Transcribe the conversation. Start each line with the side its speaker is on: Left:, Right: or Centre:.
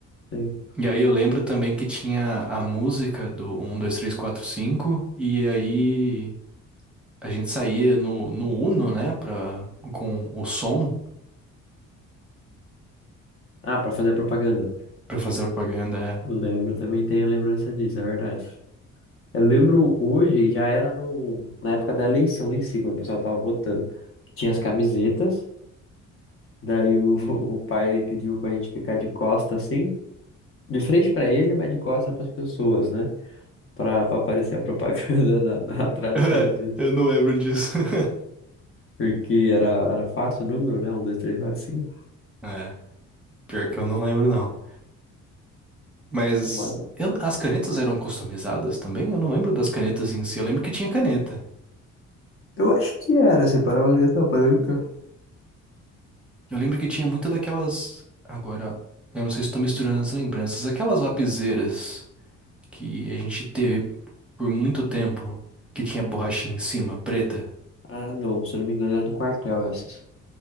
Left: Sim.
Centre: E aí eu lembro também que tinha a música do um, 2, 3, 4, 5. e aí a gente saía no, no Uno, né, pra, com o som
Left: Ah, pra fazer propaganda.
Centre: pra fazer a propaganda.
Left: Lembro,
Centre: é.
Left: também tenho lembrança disso, é verdade. Eu lembro hoje, já era no, na época da eleição em si, quando o pessoal tava votando, que tinha as camisetas, daí o, <laughs> o pai pediu pra gente ficar de costa assim, de frente pra ele, mas de costa pras pessoas, né? Pra, pra aparecer a propaganda <laughs> na, na- atrás
Centre: <laughs> É,
Left: da camiseta.
Centre: eu não lembro disso. <laughs>
Left: Porque era, era fácil o número, né? Um, dois, três, quatro, cinco.
Centre: É, pior que eu não lembro, não. Mas
Left: Mas...
Centre: eu- as canetas eram customizadas também? Eu não lembro das canetas em si. Eu lembro que tinha caneta.
Left: Eu acho que era, se parar uma letra branca.
Centre: Eu lembro que tinha muita daquelas. Agora, eu não sei se estou misturando as lembranças. Aquelas lapiseiras que a gente teve por muito tempo, que tinha borrachinha em cima, preta.
Left: Ah, não, se eu não me engano, era do quartel essas.